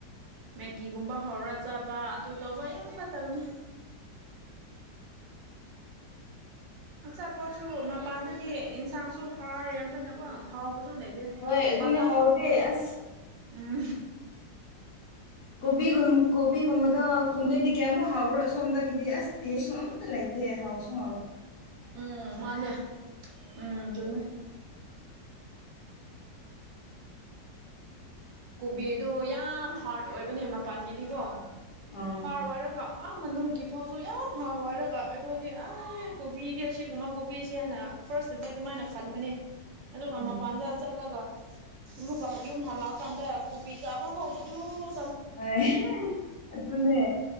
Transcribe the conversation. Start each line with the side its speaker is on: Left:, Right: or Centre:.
Right: ꯃꯦꯒꯤꯒꯨꯝꯕ ꯍꯧꯔ ꯆꯥꯕ ꯑꯗꯨ ꯇꯧꯕ ꯌꯥꯝ ꯐꯠꯇꯕꯅꯦ ꯑꯆꯥ ꯄꯣꯠꯁꯨ ꯃꯄꯥꯟꯗꯗꯤ ꯏꯟꯁꯥꯡꯁꯨ ꯍꯥꯎꯔꯔꯝꯕꯅꯀꯣ ꯍꯥꯎ ꯁꯨꯅꯗ
Left: ꯍꯣꯏ ꯑꯗꯨꯅꯦ
Right: ꯄꯂꯥ
Left: ꯍꯥꯎꯗꯦ ꯑꯁ
Right: ꯎꯝ
Left: ꯀꯣꯕꯤꯒꯨꯝ ꯀꯣꯕꯤꯒꯨꯝꯕꯗ ꯈꯨꯟꯗꯩꯗꯤ ꯀꯌꯥꯃꯨꯛ ꯍꯥꯎꯔꯣ ꯁꯣꯝꯗꯒꯤꯗꯤ ꯑꯁ ꯇꯦꯁꯁꯨ ꯑꯃ ꯥꯏꯗꯦ ꯍꯥꯎ ꯁꯨꯡ
Right: ꯎꯝ ꯃꯥꯅꯦ ꯎꯝ ꯆꯨꯝꯃꯦ ꯎꯝ ꯀꯣꯕꯤꯗꯣ ꯌꯥꯝ ꯍꯥꯔꯠ ꯑꯣꯏꯕꯅꯦ ꯃꯄꯥꯟꯒꯤꯗꯤꯀꯣ
Left: ꯑꯥ
Right: ꯍꯥꯔꯠ ꯑꯣꯏꯔꯔꯕꯣ ꯑꯥ ꯃꯅꯨꯡꯒꯤ ꯐꯥꯎꯁꯨ ꯌꯥꯝ ꯍꯥꯎꯋꯏꯔꯒ ꯑꯩꯈꯣꯏꯗꯤ ꯑꯦ ꯀꯣꯕꯤꯗꯤ ꯑꯁꯤꯒꯨꯝꯕ ꯀꯣꯕꯤꯁꯦ ꯍꯥꯏꯅ ꯐꯥꯔꯁꯇꯗꯤ ꯑꯗꯨꯃꯥꯏꯅ ꯈꯟꯕꯅꯦ ꯑꯗꯨꯒ
Left: ꯎꯝ
Right: ꯃꯄꯥꯟꯗ ꯆꯠꯂꯒ ꯑꯃꯨꯛꯀ ꯌꯨꯝ ꯍꯂꯥꯎ ꯀꯥꯟꯗ ꯀꯣꯕꯤ ꯆꯥꯕ ꯍꯕꯨꯗꯨ
Left: ꯍꯣꯏ ꯑꯗꯨꯅꯦ